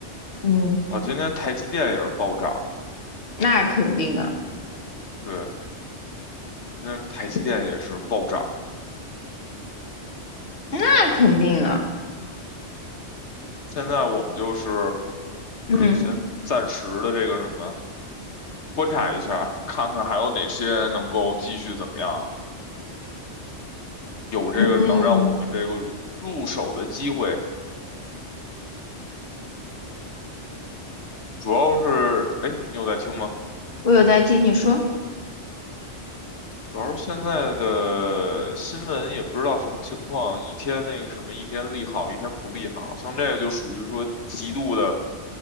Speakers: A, on the left (about 55°); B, on the left (about 70°).
A: 嗯，
B: 啊。今天台积电也是暴涨，
A: 那肯定啊，
B: 对，今天台积电也是暴涨。
A: 那肯定啊。
B: 现在我们就是
A: 嗯
B: 先暂时的这个什么，观察一下，看看还有哪些能够继续怎么样，有这个能让我们这个入手的机会。
A: 嗯，
B: 主要是，哎，你有在听吗？
A: 我有在听你说。
B: 主要是现在的新闻也不知道什么情况，一天那个什么，一天利好，一天不利好，像这个就属于说极度的。